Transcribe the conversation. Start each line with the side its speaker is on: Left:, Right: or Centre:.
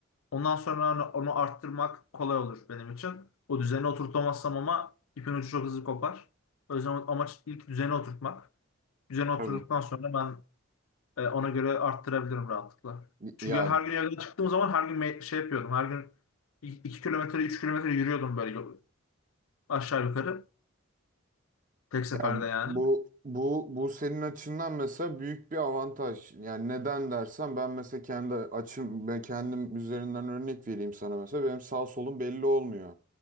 Left: ondan sonra onu, onu arttırmak kolay olur benim için. O düzeni oturtamazsam ama ipin ucu çok hızlı kopar. O yüzden amaç ilk düzeni oturtmak. Düzeni oturduktan
Right: Tabii.
Left: sonra ben E, ona göre arttırabilirim rahatlıkla. Çünkü
Right: Ya
Left: her gün evden çıktığım zaman her gün me- şey yapıyordum. Her gün 2 kilometre 3 kilometre yürüyordum böyle yo- aşağı yukarı. Tek seferde
Right: ya
Left: yani.
Right: bu bu bu senin açından mesela büyük bir avantaj. Yani neden dersen ben mesela kendi açım ben kendim üzerinden örnek vereyim sana mesela. Benim sağ solum belli olmuyor.